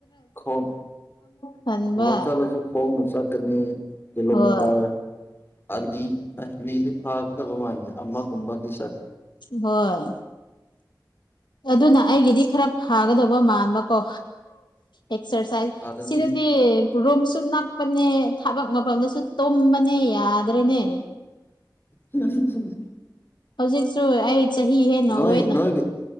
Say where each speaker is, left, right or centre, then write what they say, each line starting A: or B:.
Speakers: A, on the left (about 30°); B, on the left (about 75°).
A: ꯈꯣꯡ
B: ꯈꯟꯕ
A: ꯊꯕꯛ ꯆꯠꯂꯁꯨ ꯈꯣꯡꯅ ꯆꯠꯀꯅꯤ ꯀꯤꯂꯣꯃꯤꯇꯥꯔ
B: ꯍꯣꯏ
A: ꯑꯅꯤ ꯑꯅꯤꯗꯤ ꯐꯥꯒꯗꯕ ꯃꯥꯗꯦ ꯑꯃ ꯀꯨꯝꯕꯗꯤ ꯁꯠ
B: ꯍꯣꯏ ꯑꯗꯨꯅ ꯑꯩꯒꯤꯗꯤ ꯈꯔ ꯐꯥꯒꯗꯕ ꯃꯥꯟꯕ ꯀꯣ ꯑꯦꯛꯁ꯭ꯔꯁꯥꯏꯁ
A: ꯐꯥꯔꯅꯤ
B: ꯁꯤꯗꯗꯤ ꯔꯨꯝꯁꯨ ꯅꯛꯄꯅꯦ ꯊꯕꯛ ꯃꯐꯝꯗꯁꯨ ꯇꯨꯝꯕꯅꯦ ꯌꯥꯗ꯭ꯔꯦꯅꯦ
A: ꯎꯝ <unintelligible>
B: ꯍꯧꯖꯤꯛꯁꯨ ꯑꯩ ꯆꯍꯤ ꯍꯦꯟꯅ
A: ꯅꯣꯏ
B: ꯋꯦꯠꯅ
A: ꯅꯣꯏꯒꯤ